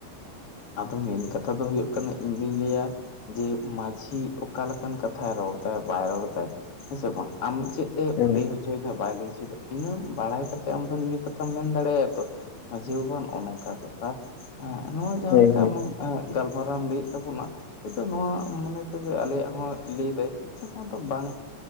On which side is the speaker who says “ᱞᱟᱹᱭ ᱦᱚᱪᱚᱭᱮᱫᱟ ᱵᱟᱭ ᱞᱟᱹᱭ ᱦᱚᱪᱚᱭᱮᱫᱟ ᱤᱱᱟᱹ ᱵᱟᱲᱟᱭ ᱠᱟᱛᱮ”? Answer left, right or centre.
Left